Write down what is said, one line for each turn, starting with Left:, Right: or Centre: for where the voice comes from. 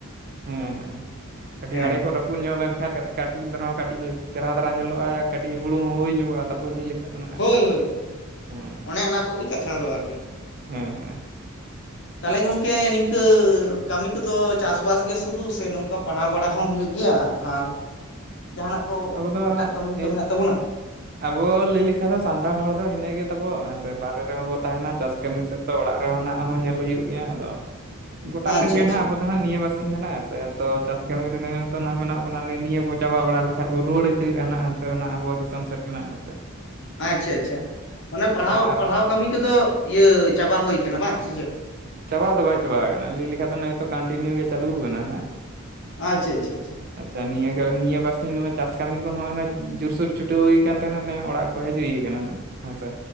Right: ᱦᱩᱸ ᱦᱜᱩᱸ ᱠᱟᱹᱴᱤᱡ
Left: ᱦᱮᱸ
Right: ᱟᱲᱮ
Left: ᱦᱮᱸ
Right: ᱠᱚ ᱨᱟᱯ ᱦᱩᱭ ᱧᱚᱜ ᱞᱮᱱᱠᱷᱟᱡ ᱠᱟᱹᱴᱤᱡ ᱫᱚ ᱦᱚᱸ ᱠᱟᱹᱴᱤᱡ ᱪᱮᱦᱨᱟ ᱫᱷᱟᱨᱟ ᱧᱮᱞᱚᱜᱼᱟ ᱠᱟᱹᱴᱤᱡ ᱦᱩᱲᱩ ᱦᱚᱸ ᱦᱩᱭᱧᱚᱜᱼᱟ ᱛᱟᱵᱚ ᱞᱟᱹᱭ ᱞᱮᱠᱷᱟᱡ ᱫᱚ ᱱᱟᱜ
Left: ᱦᱳᱭ ᱦᱳᱭ ᱦᱳᱭ
Right: ᱦᱮᱸ
Left: ᱚᱱᱮ ᱚᱱᱟ ᱠᱚᱜᱤ ᱠᱟᱛᱷᱟ ᱫᱚ ᱟᱨᱠᱤ᱾
Right: ᱦᱮᱸ ᱦᱮᱸ
Left: ᱛᱟᱦᱞᱮ ᱜᱚᱝᱠᱮ ᱱᱤᱝᱠᱟᱹ ᱠᱟᱹᱢᱤ ᱠᱚᱫᱚ ᱪᱟᱥᱵᱟᱥ ᱜᱮ ᱥᱩᱫᱩ ᱥᱮ ᱱᱚᱝᱠᱟ ᱯᱟᱲᱦᱟᱣ ᱵᱟᱲᱟ ᱦᱚᱸ ᱦᱩᱭᱩᱜ ᱜᱤᱭᱟ? ᱟᱨ ᱡᱟᱦᱟᱱᱟᱜ ᱠᱚ
Right: ᱟᱵᱚ ᱫᱚ
Left: ᱮᱴᱟᱜ ᱠᱟᱹᱢᱤ ᱦᱚᱛᱚ
Right: ᱮ-
Left: ᱢᱮᱱᱟᱜ ᱛᱟᱵᱚᱱᱟ,
Right: ᱟᱵᱚ ᱞᱟᱹᱭ ᱞᱮᱠᱷᱟ ᱫᱚ ᱥᱟᱱᱛᱟᱲ ᱦᱚᱲ ᱫᱚ ᱤᱱᱟᱹ ᱜᱮ ᱛᱟᱵᱚ ᱦᱮᱸ ᱥᱮ ᱵᱟᱦᱨᱮ ᱨᱮᱦᱚᱵᱚ ᱛᱟᱦᱮᱱᱟ ᱪᱟᱥ ᱠᱟᱹᱢᱤ ᱥᱮᱫ ᱛᱚ ᱚᱲᱟᱜ ᱨᱮᱦᱚᱸᱱᱟᱜ ᱦᱚᱸ ᱧᱮᱞ ᱦᱩᱭᱩᱜ ᱜᱮᱭᱟ ᱟᱫᱚ ᱜᱚᱴᱟ
Left: ᱟᱪᱪᱷᱟ
Right: ᱥᱮᱜ ᱜᱮ
Left: ᱟᱪᱪᱷᱟ
Right: ᱱᱟᱦᱟᱜ ᱟᱵᱚ, ᱚᱱᱟ ᱦᱚ ᱱᱤᱭᱟᱹ ᱵᱟᱨᱥᱤᱧ <unintelligible> ᱥᱮ ᱛᱚ ᱪᱟᱥ ᱠᱟᱹᱢᱤ ᱨᱮ ᱱᱮ ᱱᱮ ᱛᱳᱜ ᱢᱮᱱᱟᱜ ᱵᱚᱱᱟ ᱱᱮ ᱱᱤᱭᱟᱹ ᱵᱚ ᱪᱟᱵᱟ ᱵᱟᱲᱟ ᱞᱮᱠᱷ ᱵᱟᱠᱷᱟᱡ ᱨᱩᱣᱟᱹᱲ ᱤᱛᱟᱹᱮᱟ ᱦᱟᱱᱟ ᱦᱟᱱᱛᱮ ᱚᱱᱟ ᱟᱵᱚ ᱫᱤᱥᱚᱢ ᱥᱮᱴ <unintelligible>
Left: ᱟᱪᱪᱷᱟ ᱟᱪᱪᱷᱟ ᱢᱟᱱᱮ ᱯᱟᱲᱦᱟᱣ
Right: ᱟᱨ
Left: ᱯᱟᱲᱦᱟᱣ ᱠᱟᱹᱢᱤ ᱠᱚᱫᱚ ᱤᱭᱟᱹ ᱪᱟᱵᱟ ᱦᱳᱭ ᱠᱟᱱᱟ ᱵᱟᱝ ᱥᱮ ᱪᱮᱫ?
Right: ᱪᱟᱵᱟ ᱫᱚ ᱵᱟᱭ ᱪᱟᱵᱟ ᱠᱟᱱᱟ ᱞᱟᱹᱭ ᱞᱮᱠᱷᱟᱜ ᱫᱚ ᱱᱚᱜᱭᱼᱛᱚ ᱠᱚᱱᱴᱤᱱᱤᱭᱩ ᱜᱮ ᱪᱟᱹᱞᱩ ᱟᱠᱟᱱᱟ ᱱᱟᱦᱟᱸᱜ᱾
Left: ᱟᱪᱷᱟᱹ ᱟᱪᱷᱟᱹ ᱟᱪᱷᱟᱹ,
Right: ᱟᱪᱪᱷᱟ ᱱᱤᱭᱟᱹ ᱜᱮᱨ ᱱᱤᱭᱟᱹ ᱵᱟᱨ ᱦᱩ ᱱᱚᱜᱼᱚᱭ ᱪᱟᱥ ᱠᱟᱹᱢᱤ ᱠᱚᱦᱚ ᱱᱚᱜᱼᱚᱭ ᱡᱩᱨᱥᱩᱨ ᱪᱷᱩᱴᱟᱹᱣ ᱦᱩᱭ ᱠᱟᱱ ᱛᱟᱦᱮᱱᱟ ᱚᱱᱮ ᱚᱲᱟᱜ ᱠᱚ ᱦᱮᱡ ᱦᱩᱭ ᱱᱟᱜ ᱦᱮᱸᱥᱮ᱾